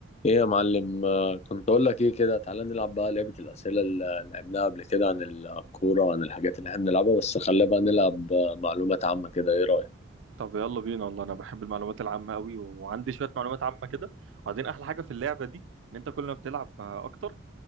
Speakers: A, on the left; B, on the right.
A: ايه يا معلم آه، كنت اقول لك ايه كده تعالى نلعب بقى لعبة الأسئلة اللي لعبناها قبل كده عن الكورة وعن الحاجات اللي احنا بنلعبها بس خلينا بقى نلعب آه، معلومات عامة كده ايه رأيك
B: طب يلا بينا والله انا بحب المعلومات العامه قوي وعندي شويه معلومات عامه كده وبعدين احلى حاجه في اللعبه دي ان انت كل ما بتلعب اكتر